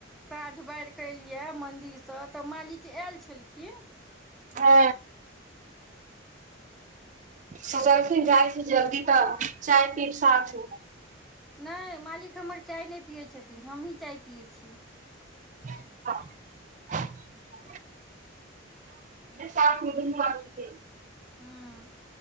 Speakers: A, in the centre; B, on the right.
A: साँझ बारि कऽ एलियै मन्दिरसँ तऽ मालिक आयल छलखिन
B: ओ सोचलखिन जाइ छी जल्दी तऽ चाय पीब साथ मे
A: नहि मालिक हमर चाय नहि पियैत छथिन हमहीँ चाय पियैत छियै
B: <inaudible> साफ मे दुनू आदमी के
A: हँ